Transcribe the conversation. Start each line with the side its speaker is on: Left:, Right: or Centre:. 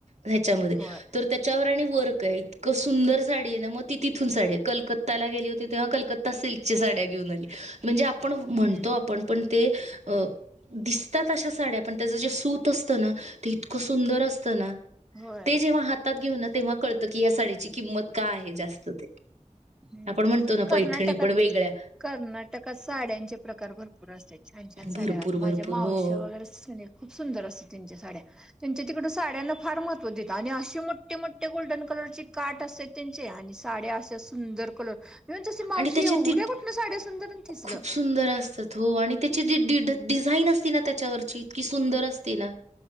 Right: ह्याच्यामध्ये.
Centre: होय
Right: तर त्याच्यावर आणि वर्क आहे इतकं सुंदर साडी आहे ना मग ती तिथून साडी कलकत्ताला गेली होती तेव्हा कलकत्ता सिल्कच्या साड्या घेऊन आली. म्हणजे आपण म्हणतो
Centre: हम्म
Right: आपण पण ते अ दिसतात अशा साड्या पण त्याचं जे सूत असतं ना ते इतकं सुंदर असतं ना.
Centre: होय
Right: ते जेव्हा हातात घेऊ ना तेव्हा कळत की या साडीची किंमत का आहे जास्त ते.
Centre: हम्म
Right: आपण म्हणतो ना पैठणी
Centre: कर्नाटकात
Right: पण वेगळ्या
Centre: कर्नाटकात साड्यांचे प्रकार भरपूर असते छान छान साड्यावर
Right: भरपूर
Centre: आता
Right: भरपूर
Centre: माझ्या मावश
Right: हो हो
Centre: वगैरे सुने खूप सुंदर असते त्यांच्या साड्या. त्यांच्या तिकड साड्यांना फार महत्त्व देत आणि अशेमोठे मोठे मोठे गोल्डन कलरची काट असते. त्यांचे आणि साड्या असशा सुंदर कलर ण तशी मावशी
Right: आणि त्याच्यात
Centre: एवढ्या
Right: ती
Centre: कुठनं साड्या सुंदरण आणतीस
Right: खूप
Centre: गं.
Right: सुंदर असतात हो आणि त्याची जी डि डिझाईन असते ना त्याच्यावरची इतकी सुंदर असते ना